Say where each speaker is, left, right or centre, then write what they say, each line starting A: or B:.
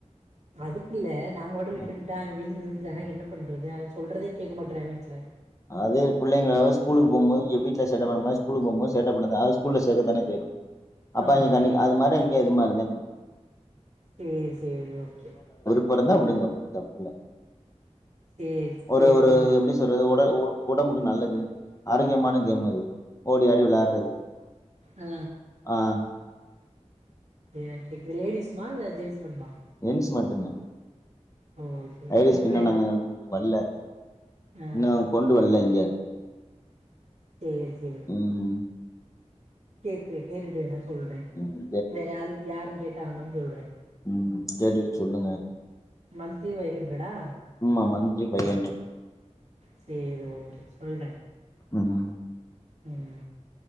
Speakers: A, on the right (about 70°); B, on the left (about 25°).
A: அதுக்கு இல்ல நாங்க விட விட்டுட்
B: ம்
A: தான் விழு ந்தான்ன என்ன பண்றது அவன் சொல்றதே கேட்க மாட்றான் வீட்டுல
B: அது பிள்ளைங்களாவ ஸ்கூல் போகும் போது வீட்ல சேட்ட பண்ணற மாரி ஸ்கூல் போகும் போது சேட்ட பண்ணது ஸ்கூல்லல சேக்க தானே செய்யனும் அப்பா
A: ஆமா.
B: இங்க கண்டிக்க அது மாரி எது மாரிதேன்
A: சேர் சேரி ஓகே
B: அப்புறந்தா விடுங்க ஒண்ணும் தப்புல
A: சேரி, சேரி
B: ஒரு ஒரு
A: பொண்ணு.
B: எப்படி சொல்றது உடம்புக்கு நல்லது ஆரோக்கியமான கேம்து ஓடி அடி விளையாடுறது
A: ஆ
B: ஆஹ்
A: சரி நான் கேக்குேன்லேடிீஸ்மா இல்ல ஜென்்ஸ்மண்மா
B: என்ஸ் மட்டு்த
A: ஓ சரி
B: ஐலஷ
A: பொம்பளைலாம்
B: கனும் நாங்கங்களுக்கு வல்ல
A: ஆ
B: இன்னும் அவங்க கொண்டு வரல இங்க
A: சரி சரி
B: ம்
A: கேட கே கேட்டுட்டு வேனா சொல்றேன்
B: ம்
A: வேறால் யாரும் கேட்டு தானும்ன்ன சொல்கிறன்
B: உம் கேட்டுட்டு சொல்லுங்க
A: மன்சி வைகண்டடா
B: ஆமா மந்த்த்லி பதின்
A: சரி ஓகே சொல்றேன்
B: ஆஹ
A: உம்